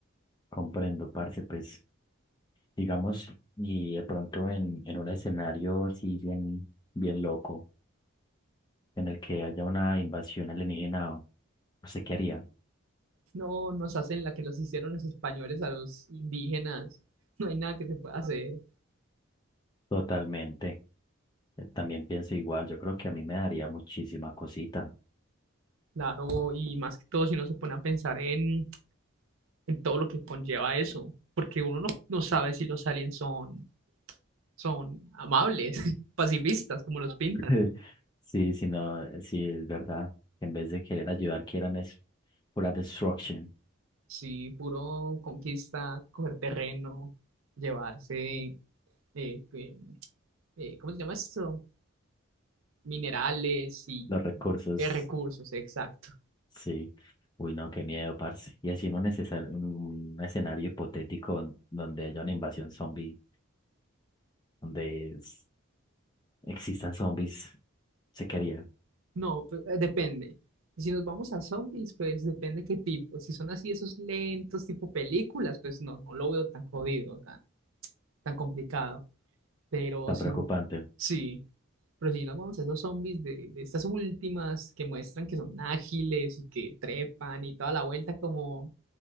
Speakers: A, on the left; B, on the right.
A: comprendo, parce, pues, digamos, y de pronto en, en un escenario así bien, bien loco. en el que haya una invasión alienígena, ¿usted qué haría?
B: No, nos hacen la que los hicieron los españoles a los indígenas. <laughs> No hay nada que se pueda hacer,
A: Totalmente. Eh, También pienso igual, yo creo que a mí me daría muchísima cosita.
B: claro, y más que todo si uno se pone a pensar en, en todo lo que conlleva eso, porque uno no, no sabe si los aliens son, son amables, <laughs> pacifistas, como los pintan.
A: <laughs> Sí, sí, no, eh, sí, es verdad. En vez de querer ayudar, quieran es pura destruction.
B: Sí, puro conquista, coger terreno, llevarse, eh, eh, eh, ¿cómo se llama esto? Minerales y
A: Los recursos,
B: eh, recursos, exacto.
A: sí. Uy, no, qué miedo, parce. Y así en un, necesar- en un escenario hipotético donde haya una invasión zombie, donde es- existan zombies, se quería.
B: No, pues, eh, depende. Si nos vamos a zombies, pues depende qué tipo. Si son así esos lentos, tipo películas, pues no, no lo veo tan jodido, tan, tan complicado. Pero
A: Tan
B: si,
A: preocupante.
B: sí, pero si nos vamos a esos zombies de, de estas últimas que muestran que son ágiles y que trepan y toda la vuelta como